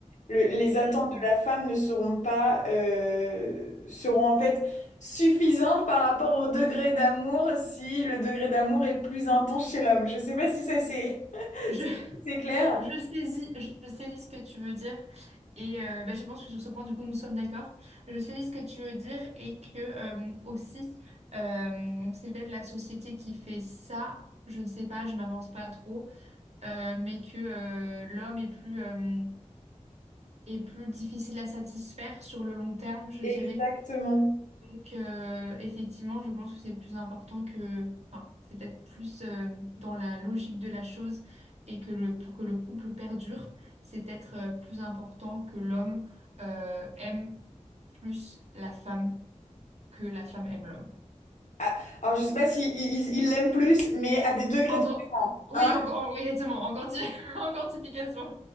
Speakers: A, on the left; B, on the right.
A: Le- les
B: Mhm.
A: attentes de la femme ne seront pas, euh, seront en fait suffisantes par rapport au degré d'amour si le degré d'amour est plus intense chez l'homme. Je sais pas si ça c'est <laughs>
B: Je,
A: c'est clair.
B: <laughs> je saisis, je saisis ce que tu veux dire. Et euh, bah, je pense que sur ce point, du coup, nous sommes d'accord. Je saisis ce que tu veux dire et que euh, aussi, euh, bon, c'est peut-être la société qui fait ça. Je ne sais pas, je m'avance pas trop. euh, mais que euh, l'homme est plus, euh, est plus difficile à satisfaire sur le long terme, je
A: Exactement.
B: dirais. Donc, euh, effectivement, je pense que c'est plus important que, enfin, c'est peut-être plus euh, dans la logique de la chose et que le, pour que le couple perdure, c'est peut-être euh, plus important que l'homme euh, aime plus la femme que la femme aime l'homme.
A: Ah, alors je sais pas si il il- il l'aime plus, mais à des degrés
B: Encore,
A: différents.
B: oui,
A: Hein
B: encore, oh, exactement, encore, ty- <laughs> encore typication.